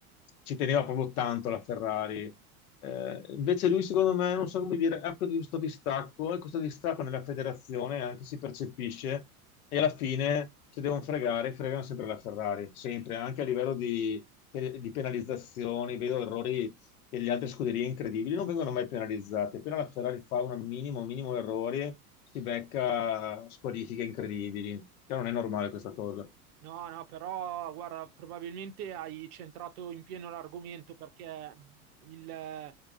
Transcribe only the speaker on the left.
ci teneva proprio tanto la Ferrari. Eh, invece lui, secondo me, non so come dire, ha questo distacco e questo distacco nella federazione anche si percepisce e alla fine se devono fregare, fregano sempre la Ferrari, sempre, anche a livello di, di penalizzazioni, vedo errori delle altre scuderie incredibili, non vengono mai penalizzate, appena la Ferrari fa un minimo, minimo errore si becca squalifiche incredibili, Cioè, non è normale questa cosa.